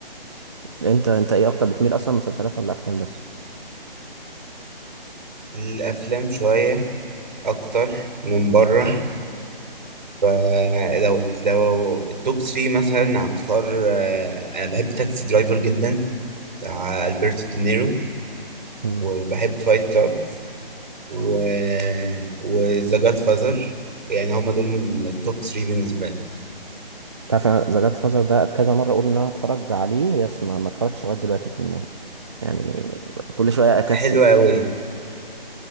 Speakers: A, on the right; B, on the right.
A: انت انت ايه اكتر بتميل اصلا مسلسلات ولا افلام بس
B: الافلام شويه اكتر من بره فلو لو التوب 3 مثلا هختار آه، انا بحب تاكسي درايفر جدا بتاع البرتو دينيرو
A: مم.
B: وبحب فايت كلاب و وذا جاد فازر يعني هما دول التوب 3 بالنسبه لي
A: تعرف ذا جاد فازر ده كذا مرة اقول ان انا هتفرج عليه بس ما ما اتفرجتش لغاية دلوقتي كان يعني كل شوية اكسل
B: حلو قوي